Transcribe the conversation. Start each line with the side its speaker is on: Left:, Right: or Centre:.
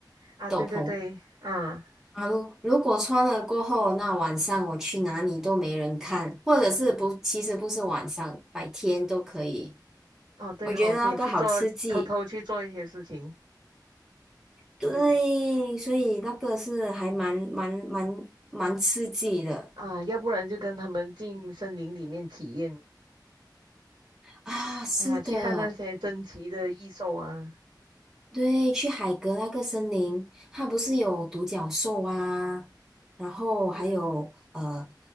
Right: 啊，
Centre: 斗篷
Right: 对对对，啊，
Centre: 啊，如如果穿了过后，那晚上我去哪里都没人看，或者是不，其实不是晚上，白天都可以。
Right: 哦对哦，
Centre: 我觉得那个好刺激，
Right: 可以去做，偷偷去做一些事情。
Centre: 对，
Right: 嗯，
Centre: 所以那个是还蛮蛮蛮蛮刺激的
Right: 啊，要不然就跟他们进森林里面体验
Centre: 啊，是的，
Right: 啊，去看那些珍奇的异兽啊。
Centre: 对，去海格那个森林，它不是有独角兽啊，
Right: 嗯
Centre: 然后还有呃
Right: 嗯，